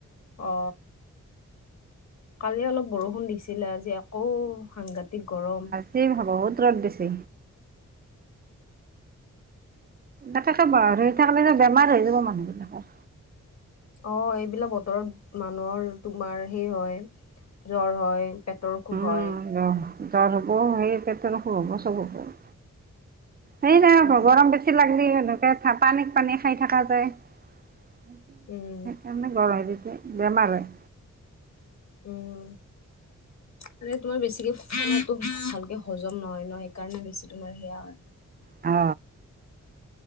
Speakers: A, on the left; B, on the right.
A: অ, কালি অলপ বৰষুণ দিছিলে, আজি আকৌ সাংঘা তিক গৰম।
B: কি হব বহুত ৰ'দ দিছে। তাকে ত ৰদত থাকিলেটো বেমাৰ হৈ যাব মানু্হ বিলাকৰ।
A: অঁ, এইবিলাক বতৰত মানুহৰ তোমাৰ সেই হয়। জ্বৰ হয়, পেটৰ অসুখ
B: উম,
A: হয়।
B: জ্বৰ হ'ব, সেই পেটৰ অসুখ হ'ব, চব হ'ব। সেই নাই,
A: উম,
B: গৰম বেছি লাগিলে সনেকাই পানীক, পানী খাই থকা যায়। সেইকাৰণে,
A: উম,
B: গৰম দিলে বেমাৰ হয়।
A: উম। মানে তোমাৰ বেছিকে খোৱাটো, ভালকে হজম নহয় ন, সেইকাৰণে বেছি তোমাৰ সেয়া
B: অ।